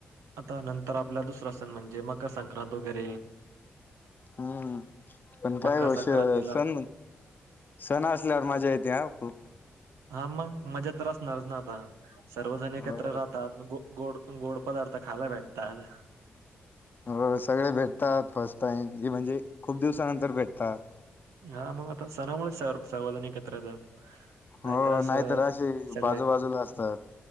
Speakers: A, on the right (about 80°); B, on the left (about 40°).
A: आता नंतर आपला दुसरा सण म्हणजे म मकर संक्रांत वगैरे
B: हम्म पण
A: मकर
B: विषय
A: संक्रांतीला
B: सण सण असल्यावर मजा येते ह खूप
A: हा मग मज्या असणारच ना आपा आता सर्वजण एकत्र
B: हो
A: राहतात गोड गोड पदार्थ खायला भेटतात.
B: हो सगळे भेटतात फस्ट टार्ईम हे म्हणजे खूप दिवसानंतर भेटतात.
A: हा मग आता सणामुळेच स सार्वजन एकत्र येतात. नाही
B: हो
A: तर अस
B: नाहीतर असे
A: सगळे
B: बाजूबाजूला असतात